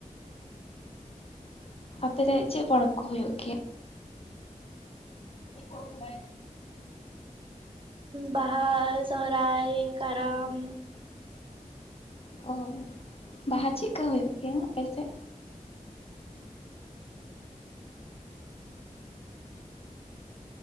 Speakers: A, on the left (about 45°); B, on the right (about 40°).
A: ᱟᱯᱮ ᱨᱮ ᱪᱮᱜ ᱯᱚᱨᱚᱵᱽ ᱠᱚ ᱦᱳᱭᱳᱜ ᱜᱮᱭᱟ? <inaudible>
B: ᱵᱟᱦᱟ, ᱥᱚᱦᱚᱨᱟᱭ, ᱠᱟᱨᱟᱢ᱾
A: ᱚ᱾ ᱵᱟᱦᱟ ᱪᱮᱜᱠᱟ ᱦᱳᱭᱳᱜ ᱜᱮᱭᱟ ᱟᱯᱮᱥᱮᱡ?